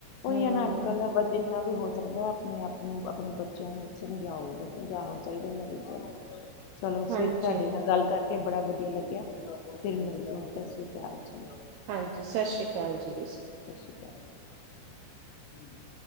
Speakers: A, on the left; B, on the right.
A: ਉਹੀ
B: ਹਮ
A: ਹੈ ਨਾ ਅੱਜ ਕੱਲ ਦਾ ਬ ਜਿੰਨਾ ਵੀ ਹੋ ਸਕਦਾ ਐ ਆਪਣੇ ਆਪ ਨੂੰ ਆਪਣੇ ਬੱਚਿਆਂ ਨੂੰ ਸਮਝਾਓ ਬ <unintelligible> ਜਾਣਾ ਚਾਹੀਦਾ ਮਰੀਜ਼ਾਂ ਨੂੰ ਚਲੋ
B: ਹਾਂਜੀ
A: ਫਿਰ ਤੁਹਾਡੇ ਨਾਲ ਗੱਲ ਕਰ ਕੇ ਬੜਾ ਵਧੀਆ ਲੱਗਿਆ ਫਿਰ ਮਿਲ ਸਸ੍ਰੀ ਕਾਲ ਜੀ
B: ਹਾਂਜੀ ਸਤਿ ਸ੍ਰੀ ਅਕਾਲ ਜੀ
A: <inaudible>